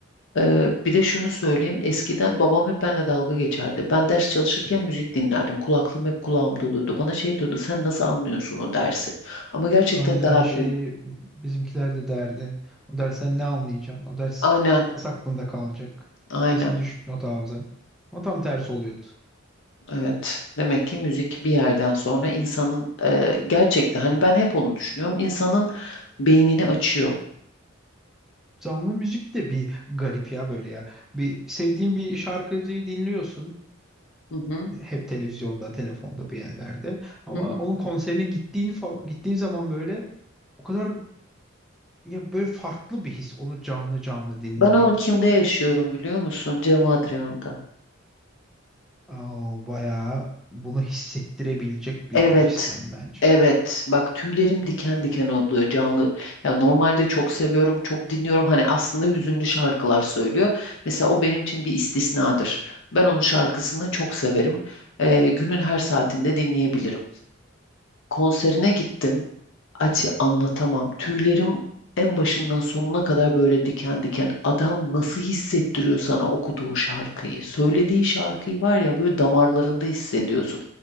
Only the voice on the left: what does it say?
Eee, bir de şunu söyleyeyim. Eskiden babam hep benimle dalga geçerdi. Ben ders çalışırken müzik dinlerdim. Kulaklığım hep kulağımda oluyordu. Bana şey diyordu, sen nasıl anlıyorsun o dersi? Ama gerçekten
daha
iyi.
Aynen,
aynen.
Evet. Demek ki müzik bir yerden sonra insanın eee gerçekten hani ben hep onu düşünüyorum. İnsanın beynini açıyor.
Hı hı,
hı hı.
Ben onu kimde yaşıyorum biliyor musun? Cem Adrian'da.
Evet.
Evet. Bak tüylerim diken diken oluyor canlı. Ya normalde çok seviyorum, çok dinliyorum. Hani aslında hüzünlü şarkılar söylüyor. Mesela o benim için bir istisnadır. Ben onun şarkısını çok severim. Ee, günün her saatinde dinleyebilirim konserine gittim. Ati anlatamam. Tüylerim en başından sonuna kadar böyle diken diken. Adam nasıl hissettiriyor sana okuduğu şarkıyı? Söylediği şarkıyı var ya böyle damarlarında hissediyorsun.